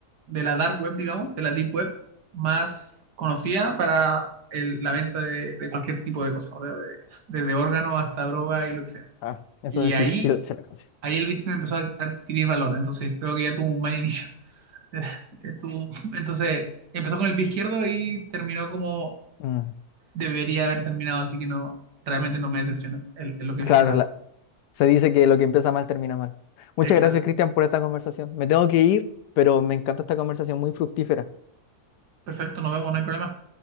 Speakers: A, on the right (about 85°); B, on the left (about 85°).
A: de la dark web, digamos, de la deep web más conocida para el- la venta de, de cualquier tipo de cosas, o sea, de- desde órganos hasta droga y lo que sea.
B: Ah, entonces
A: Y ahí,
B: sí, sí se la alcancé.
A: ahí el Bitcoin empezó a adquirir valor, entonces creo que ya tuvo un mal inicio. <laughs> Estuvo- entonces empezó con el pie izquierdo y terminó como
B: Mm,
A: debería haber terminado, así que no, realmente no me decepciona el, el lo que esperaba.
B: claro, la- se dice que lo que empieza mal termina mal. Muchas
A: Exacto.
B: gracias, Cristian, por esta conversación. Me tengo que ir, pero me encanta esta conversación muy fructífera.
A: Perfecto, nos vemos, no hay problema.